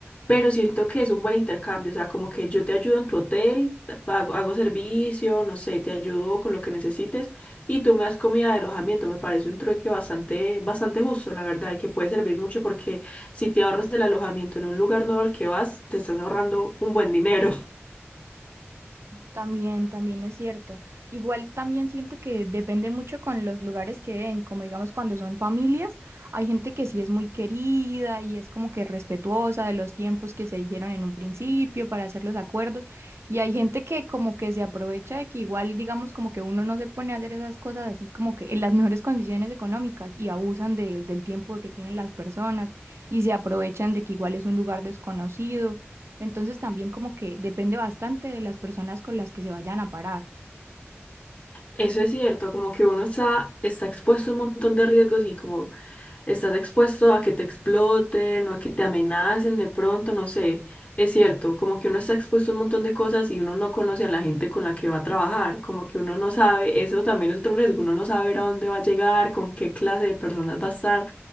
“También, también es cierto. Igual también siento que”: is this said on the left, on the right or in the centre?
Right